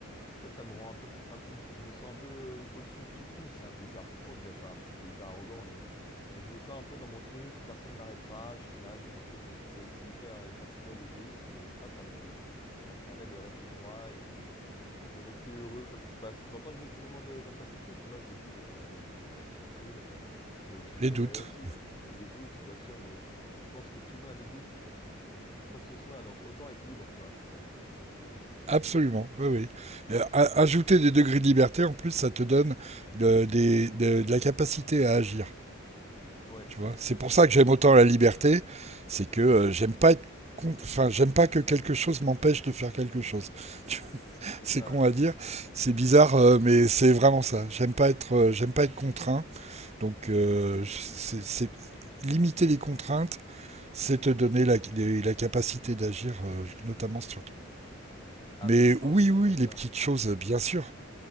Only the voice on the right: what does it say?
Les
doutes.
Absolument, oui, oui. Euh, a-
ajouter des degrés de liberté, en plus, ça te donne de, des- de- de la capacité à agir.
Tu vois, c'est pour ça que j'aime autant la liberté, c'est que euh, j'aime pas être con- Enfin, j'aime pas que quelque chose m'empêche de faire quelque chose. <laughs> Tu vois,
C'est
con
à dire, c'est bizarre, euh, mais c'est vraiment ça. J'aime pas être, euh, j'aime pas être contraint. Donc, euh, c'est, c'est- limiter les contraintes, c'est te donner la, les- la capacité d'agir, euh, notamment sur.
Mais
oui, oui,
les
petites choses, bien sûr.